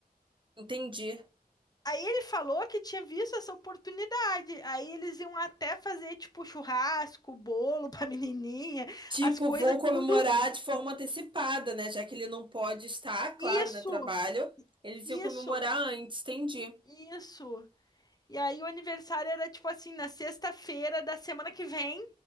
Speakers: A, on the right; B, on the left.
A: Entendi.
B: Aí ele falou que tinha visto essa oportunidade. Aí eles iam até fazer, tipo, churrasco, bolo pra <laughs> menininha,
A: Tipo,
B: as coisas,
A: vou comemorar
B: tudo.
A: de forma antecipada, né? Já que ele não pode estar,
B: Isso,
A: claro, né? Trabalho. Eles
B: isso.
A: iam comemorar antes. Entendi.
B: Isso. E aí o aniversário era tipo assim, na sexta-feira da semana que vem,